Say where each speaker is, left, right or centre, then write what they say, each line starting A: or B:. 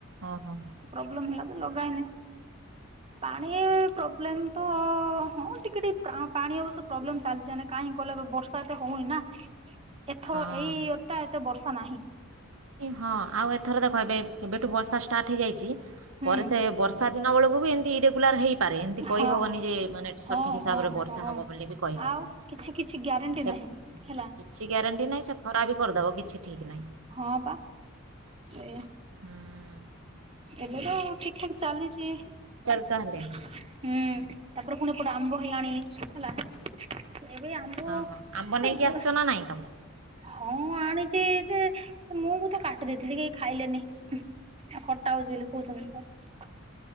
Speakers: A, on the right; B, on the right.
A: ଅହ।
B: ପ୍ରବ୍ଲେମ ହେଲା ଯେ ଲଗା ହେଇନେଇ। ପାଣି ପ୍ରୋବ୍ଲେମ ତ ହଁ ଟିକେ ଟିକେ ପ୍ରା ପାଣି ଅବଶ୍ୟ ପ୍ରୋବ୍ଲେମ ଚାଲିଚି ଆନେ କାହିଁକି କହିଲେ ଏବେ ବର୍ଷା ଏତେ ହୋଉନି ନା ଏଥର
A: ହଁ
B: ଏଇଟା ଏତେ ବର୍ଷା ନାହିଁ।
A: ହଁ ଆଉ ଏଥର ଦେଖ ଏବେ ଏବେଠୁ ବର୍ଷା ଷ୍ଟାର୍ଟ ହେଇଯାଇଚି
B: ହୁଁ
A: ପରେ ସେ ବର୍ ଷା ଦିନ ଓଳୁକୁ ବି ଏନ୍ତି ଇରେଗୁଲାର୍ ହେଇ ପାରେ ଏନ୍ତି କହିହବନି
B: ହଁ
A: ଯେ ମାନେ ସଠିକ୍
B: ହଁ
A: ହିସାବରେ
B: ହଁ
A: ବର୍ଷା
B: ହଁ
A: ହବ ବୋଲି ବି କହିହବନି।
B: ଆଉ କିଛି କିଛି ଗ୍ୟାରେଣ୍ଟି
A: ସେ
B: ନାହିଁ ହେଲା।
A: କି ଗ୍ୟାରେଣ୍ଟି ନାହିଁ ସେ ଖରା ବି କରିଦବ କିଛି ଠିକ୍ ନାହିଁ।
B: ହଁ ପା ଏ
A: ହୁଁ ‌
B: ଏବେ ତ ଠିକ୍ ଠାକ୍ ଚାଲିଚି।
A: ତାହଲେ
B: ହୁଁ ତାପରେ ଫୁଣି ଏପଟେ ଆମ୍ବ ହେଲାଣି ହେଲା। ଏବେ ଆମ୍ବ
A: ହଁ ହଁ
B: ହେ
A: ଆମ୍ବ ନେଇକି
B: ବ
A: ଆସିଛ ନା ନାହିଁ ତୁମେ
B: ହଁ ଆଣିଚି ଯେ ମୁଁ ବି ତ କାଟି ଦେଇଥିଲି କେହି ଖାଇଲେନି। ଆ ଖଟା ହୋଉଚି ବୋଲି କହୁଚନ୍ତି ତ।